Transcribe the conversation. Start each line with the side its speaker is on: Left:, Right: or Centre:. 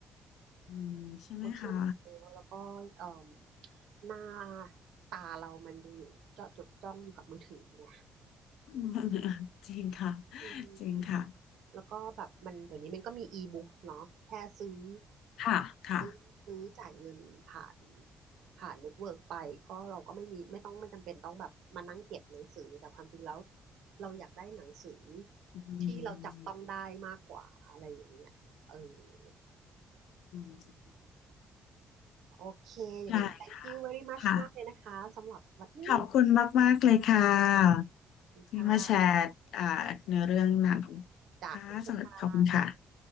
Left: อืมใช่ไหมคะ
Right: โซเชียลมันเยอะ แล้วก็เอ่มหน้าตาเรามันจะอยู่เจาะจดจ้องอยู่กับมือถือไง
Left: อืม <laughs> จริงค่ะ
Right: อื
Left: จริงค่ะ
Right: มแล้วก็แบบมันเดี๋ยวนี้มันก็มีอีบุ๊กเนาะแค่ซื้อ
Left: ค่ะค่ะ
Right: ซื้อซื้อจ่ายเงินผ่านผ่านเน็ตเวิร์กไปก็เราก็ไม่มีไม่ต้องไม่จำเป็นต้องแบบมานั่งเก็บหนังสือแต่ความจริงแล้วเราอยากได้หนังสือ
Left: อืม
Right: ที่เราจับต้องได้มากกว่าอะไรอย่างเงี้ยเออ
Left: อืม
Right: โอเคอย่างนั้น
Left: ได้
Right: thank you very much
Left: ค่ะ
Right: มากเลยนะคะสำหรับวันนี้
Left: ขอบคุณมากๆเลยค่ะ
Right: ค่
Left: ที่มาแชร์อ่าเนื้อเรื่องหนังค่ะสวัสดีขอบคุณค่ะ
Right: ะโอเคค่ะ